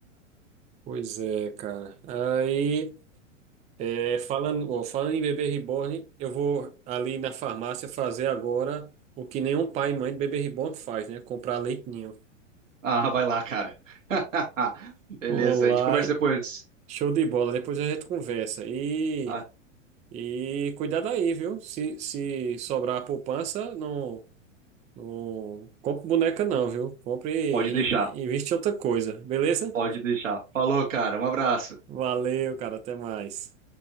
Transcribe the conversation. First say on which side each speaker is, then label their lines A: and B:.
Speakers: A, on the right; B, on the right.
A: Pois é, cara. Aí. É, falando, ó, falando em bebê reborn, eu vou ali na farmácia fazer agora o que nenhum pai e mãe de bebê reborn faz, né? Comprar leite ninho.
B: Ah, vai lá, cara. <laughs> Beleza,
A: Olá,
B: a gente conversa depois.
A: show de bola. Depois a gente conversa. E,
B: Ah,
A: e cuidado aí, viu? Se, se sobrar poupança, não, não compre boneca, não, viu? Compre e
B: pode deixar.
A: investe em outra coisa, beleza?
B: Pode deixar. Falou, cara. Um abraço.
A: Valeu, cara. Até mais.